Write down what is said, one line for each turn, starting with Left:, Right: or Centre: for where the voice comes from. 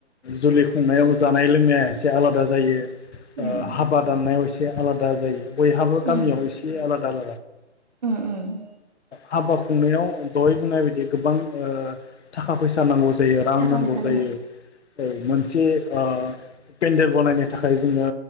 Left: जुलि खुंनायाव जा जानाय लोंनाया एसे आलादा जायो ओ
Right: उम
Left: हाबा दाननायाव इसे एसे आलादा जायो बयहाबो गामियाव
Right: उम
Left: एसे आलादा आलादा <unintelligible>
Right: उम उम
Left: हाबा खुंनायाव दहय बुंनाय बायदि गोबां ओ थाखा फैसा नांगौ जायो रां
Right: थाखा
Left: नांगौ
Right: फैसा
Left: जायो औ मोनसे ओ पेन्देल बनायनो थाखाय जोङो